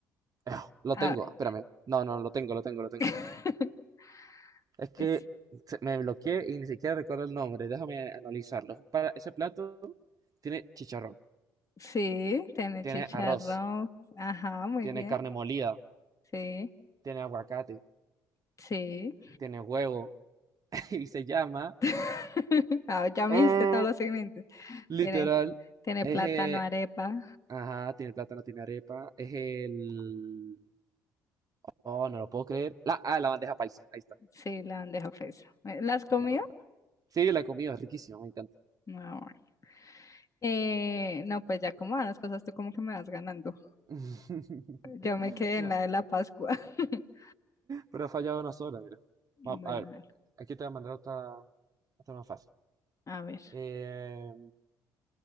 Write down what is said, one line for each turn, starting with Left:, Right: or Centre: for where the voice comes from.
Right: Ejo, lo
Left: A
Right: tengo,
Left: ver,
Right: espérame. No, no, lo tengo, lo tengo, lo tengo.
Left: <laughs>
Right: Es que
Left: es-
Right: se- me bloqueé y ni siquiera recuerdo el nombre. Déjame analizarlo. Es un para- ese plato tiene chicharrón,
Left: sí, tiene
Right: tiene
Left: chicharrón.
Right: arroz,
Left: Ajá, muy
Right: tiene
Left: bien.
Right: carne molida,
Left: Sí,
Right: tiene aguacate,
Left: sí.
Right: tiene huevo <laughs> y se llama
Left: <laughs> Ah, ya me
Right: oh,
Left: dijiste todos los segmentos.
Right: literal.
Left: Tiene, tiene
Right: Es,
Left: plátano,
Right: eh,
Left: arepa.
Right: ajá, tiene plátano, tiene arepa. Es el. Oh, no lo puedo creer. La, ah, la bandeja paisa. Ahí está.
Left: Sí, la bandeja paisa. Eh, ¿La has comido?
Right: Bandeja- Sí, la he comido, es riquísima, me encanta.
Left: No, bueno. Eh, no, pues ya como van las cosas, tú como que me vas ganando.
Right: <laughs>
Left: Yo me quedé
Right: No,
Left: en la de la Pascua. <laughs>
Right: Pero ha fallado una sola, mira.
Left: Bueno,
Right: Vamos, a ver, aquí te voy a mandar otra, otra más fácil.
Left: a ver.
Right: Eh,